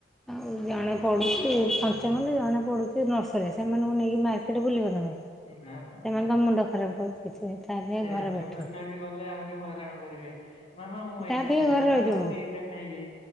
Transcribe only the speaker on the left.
ନା ନା
ନା ନା
ସେ
ଛୋଟ
ଛୁଆ ବି ଗଲେ ଆହୁରି ହଇରାଣ କରିବେ। ମାମା ମୁଁ ଏଇଟା
ନେବି
ମାମା ମୁଁ
ଏଇଟା ଖାଇବି।